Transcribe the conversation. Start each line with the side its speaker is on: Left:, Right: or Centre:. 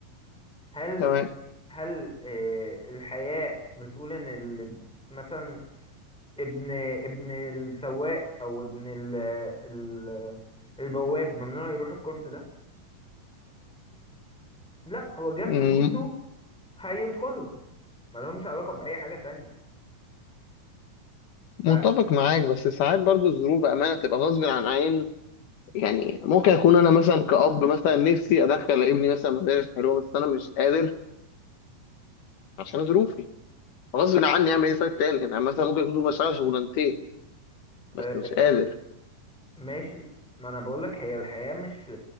Centre: هل
Left: تمام
Centre: هل آه، الحياة بتقول ان اللي مثلا ابن ابن السواق او ابن ال ال البواب ممنوع يروح الكورس ده لا هو جاب
Left: مم،
Centre: فلوسه هيدخله ما لهمش علاقة بأي حاجة تانية ف
Left: متفق معاك بس ساعات برضو الظروف بأمانة تبقى غصب عن عين يعني ممكن أكون أنا مثلا كأب مثلا نفسي أدخل ابني مثلا مدارس حلوة بس أنا مش قادر عشان ظروفي غصب عني أعمل إيه طيب تاني أنا مثلا ممكن أكون بشتغل شغلانتين بس
Centre: آه،
Left: مش قادر
Centre: ماشي ما انا بقولك هي الحياة مش